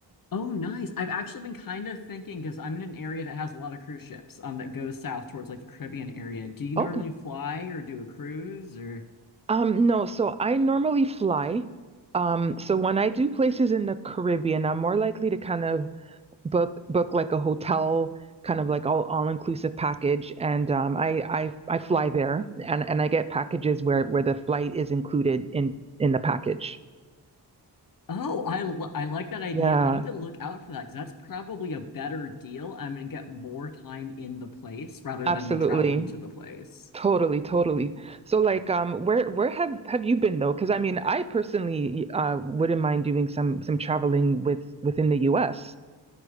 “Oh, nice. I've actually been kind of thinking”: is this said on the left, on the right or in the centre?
Left